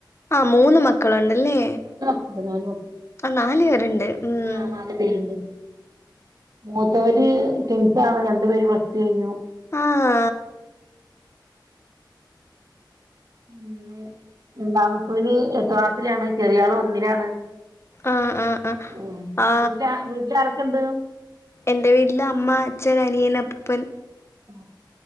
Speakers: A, on the left; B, on the right.
A: ആഹ് മൂന്ന് മക്കളുണ്ടല്ലേ
B: അല്ല നാല് മക്കള്
A: ആ നാല് പേരുണ്ട് ഉം
B: ആ നാല് പേരുണ്ട് മൂത്തവര് ട്വിൻസ് ആണ് രണ്ടു പേര് പ്ലസ് ടു കഴിഞ്ഞു
A: ആ ഹാ
B: ഉം രണ്ടാമത്തോന് ഏട്ടാ ക്ലാസ്സിലാണ് ചെറിയാള് ഒന്നിലാണ്
A: ആ ആ ആ
B: ഉം
A: ആ
B: വീട്ടില വീട്ടില് ആരൊക്കെണ്ട്
A: എന്റെ വീട്ടില് അമ്മ അച്ഛൻ അനിയൻ അപ്പുപ്പൻ
B: ആ